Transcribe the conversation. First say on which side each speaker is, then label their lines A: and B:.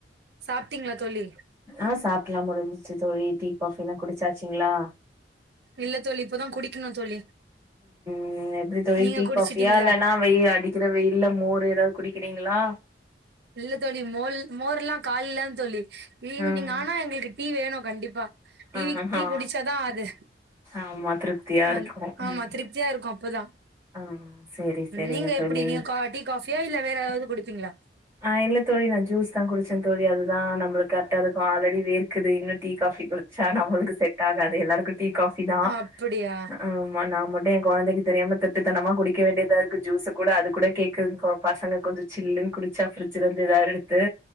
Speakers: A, on the right; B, on the right.
A: சாப்ட்டீங்களா தோழி
B: ஆ சாப்டெல்லா முடிஞ்சிச்சி தோழி டீ காஃபி எல்லா குடிச்சாச்சிங்ளா
A: இல்ல தோழி இப்பதா குடிக்கனு தோழி
B: ம் எப்டி தோழி
A: நீங்க
B: டீ
A: குடிச்சிட்டீங்களா
B: காஃபியா இல்லனா வெயில் அடிக்கிற வெயில்ல மோரு எதாவது குடிக்கிறீங்ளா
A: இல்ல தோழி மோல் மோர் எல்லா கால்ல தோழி ஈவ்னிங்
B: ம்
A: ஆனா எங்களுக்கு டீ வேனு கண்டிப்பா டீவி
B: ஆஹா
A: டீ குடிச்சாதா ஆது
B: ஆமா திருப்தியா
A: ஆ
B: இருக்கு ம்
A: ஆமா திருப்தியா இருக்கு இப்பதா
B: ஆ சேரி சேரிங்க
A: நீங்க
B: தோழி
A: எப்டி நீங்க கா டீ காஃபியா இல்ல வேற எதாவது குடிப்பீங்ளா
B: ஆ இல்ல தோழி நா ஜூஸ் தா குடிச்ச தோழி அதுதா நம்முளுக்கு கர்டாருக்கு ஆல்ரெடி வேர்க்குது இன்னு டீ காஃபி குடிச்சா நம்முளுக் கு செட்டாகாதே எல்லாருக்கு டீ காஃபி தா
A: அப்டியா
B: அ வ நா மட்டு எ கொழந்தைக்கு தெரியாம திருட்டுத்தனமா குடிக்க வேண்டியதாருக்கு ஜூஸ கூட அது கூட கேக்குதுங்கா பசங்க கொஞ்ச ஜில்லுன் குடிச்சா ஃபிரிட்ஜிலர்ந்து எதாவது எடுத்து